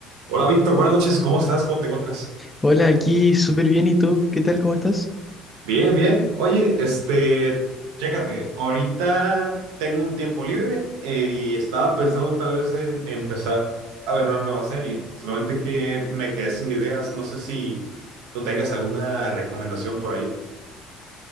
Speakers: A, on the right; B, on the left.
A: Hola Víctor, buenas noches, ¿cómo estás? ¿Cómo te encuentras?
B: Hola, aquí súper bien. ¿Y tú? ¿Qué tal? ¿Cómo estás?
A: Bien, bien. Oye, este, chécate, ahorita tengo un tiempo libre eh, y estaba pensando tal vez en empezar a ver una nueva serie, solamente que me quedé sin ideas, no sé si tú tengas alguna recomendación por ahí.